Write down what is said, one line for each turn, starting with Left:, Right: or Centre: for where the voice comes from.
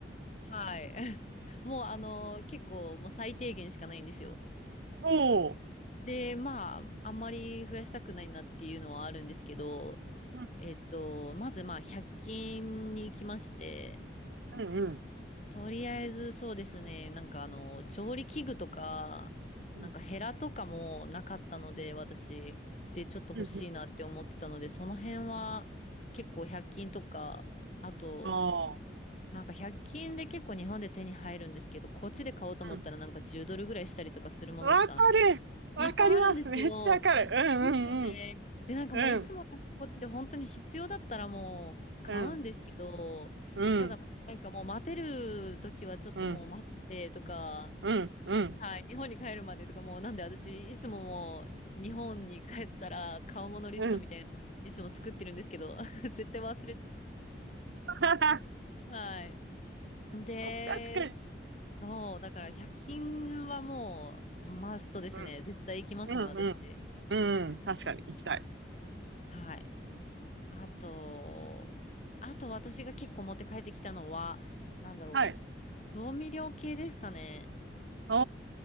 Left: はい。<laughs> もうあの、結構もう最低限しかないんですよ。
Right: おー。
Left: で、まあ、あんまり増やしたくないなっていうのはあるんですけど、
Right: うん、
Left: えっと、まずまあ、1均に行きまして、
Right: うん、うん。
Left: とりあえずそうですね。なんかあの、調理器具とか、
Right: うん、
Left: なんかヘラとかもなかったので、私。で、ちょっと欲しいなって思ってたので、
Right: うん、うん。
Left: その辺は結構100均とか、あと、
Right: あー。
Left: なんか100均で結構日本で手に入るんですけど、こっちで買おうと思ったらなんか10ドルぐらいしたりとかするものとか、
Right: うん。わかる。わかります。
Left: いっぱいあるんですよ。
Right: めっちゃわかる。うん、
Left: ですよね。
Right: うん、
Left: で、なんかもういつもなんかこっちで本当に必要だったらもう買うんですけど、
Right: うん。うん、うん、
Left: ただなんかもう待てる時はちょっともう待ってとか、
Right: うん、うん、うん、
Left: はい、日本に帰るまでとかもうなんで私いつももう日本に帰ったら買うものリストみたいな、
Right: うん、うん、うん、うん。
Left: いつも作ってるんですけど、<laughs> 絶対忘れちゃ
Right: <laughs>
Left: う。はい。で、
Right: 確かに。
Left: そう、だから100均はもうマストですね。
Right: うん
Left: 絶対行きますね、
Right: うん
Left: 私。
Right: うん。うん。確かに行きたい。
Left: はい。あと、あと私が結構持って帰ってきたのは、なんだろ
Right: はい。
Left: う。調味料系ですかね。
Right: お